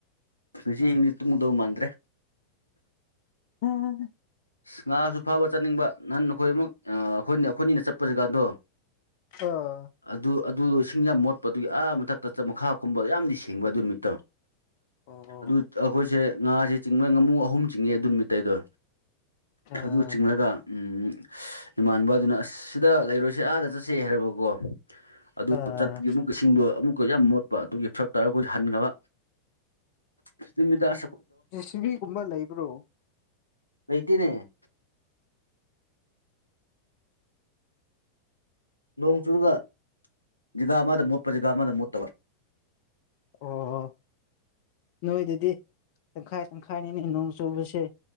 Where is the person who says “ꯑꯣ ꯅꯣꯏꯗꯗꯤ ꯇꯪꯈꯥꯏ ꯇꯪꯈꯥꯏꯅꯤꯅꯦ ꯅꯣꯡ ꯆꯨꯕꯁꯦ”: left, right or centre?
Left